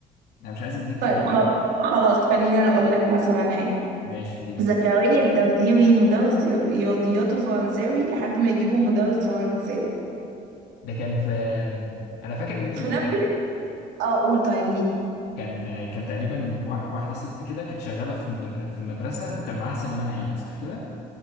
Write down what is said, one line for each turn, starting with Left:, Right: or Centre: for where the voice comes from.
Left: انا مش عايز اديكي
Right: طيب خل... خلاص خليني انا اقول لك مثلا حاجة
Left: ماشي قولي
Right: زكريا الدوديوي مدرس رياضيات وفرنساوي لحد ما يجيبوا مدرس فرنساوي
Left: ده كان في انا فاكر مين
Right: في
Left: اللي
Right: نفس اه قول طيب مين
Left: كان كان تقريبا وا- واحده ست كده كانت شغاله في مدر... في مدرسه وكان معاها سليمان عيد صح كده